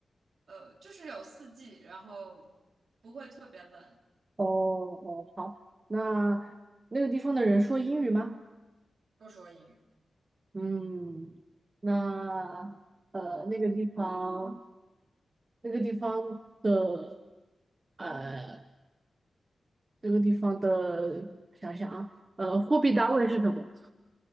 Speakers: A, on the right; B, on the right.
A: 呃，就是有四季，然后不会特别冷。
B: 哦哦，好，那那个地方的人说英语吗？
A: 不说英语
B: 嗯，那呃，那个地方，那个地方的呃，那个地方的，想想啊，呃，货币单位是什么？